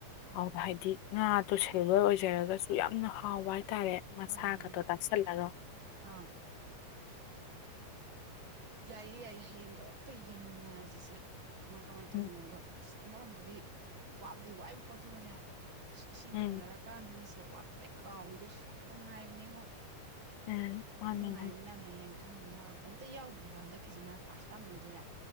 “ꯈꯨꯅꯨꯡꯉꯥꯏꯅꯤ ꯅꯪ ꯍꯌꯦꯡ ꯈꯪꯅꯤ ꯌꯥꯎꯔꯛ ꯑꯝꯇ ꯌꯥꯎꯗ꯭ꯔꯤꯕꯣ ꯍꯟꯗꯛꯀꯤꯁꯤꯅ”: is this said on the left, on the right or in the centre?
Right